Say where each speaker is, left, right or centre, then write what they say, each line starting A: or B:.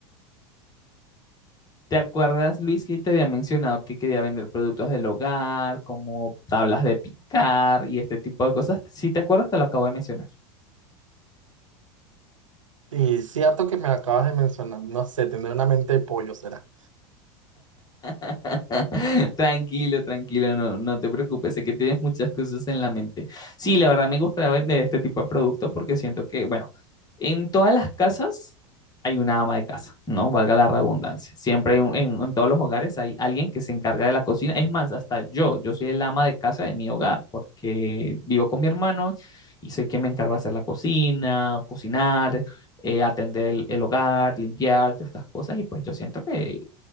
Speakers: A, on the left; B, on the right.
A: ¿Te acuerdas, Luis, que te había mencionado que quería vender productos del hogar, como tablas de picar y este tipo de cosas? Si te acuerdas, te lo acabo de mencionar.
B: Eh, Es cierto que me lo acabas de mencionar, no sé, tendré una mente de pollo, será.
A: <laughs> Tranquilo, tranquilo, no, no te preocupes, sé que tienes muchas cosas en la mente. Sí, la verdad me gustaría vender este tipo de producto porque siento que, bueno, en todas las casas hay una ama de casa, ¿no? Valga la redundancia. Siempre hay un- en, en todos los hogares hay alguien que se encarga de la cocina. Es más, hasta yo, yo soy el ama de casa de mi hogar porque vivo con mi hermano y soy quien me encarga de hacer la cocina, cocinar eh, atender el, el hogar, limpiar, todas estas cosas, y pues yo siento que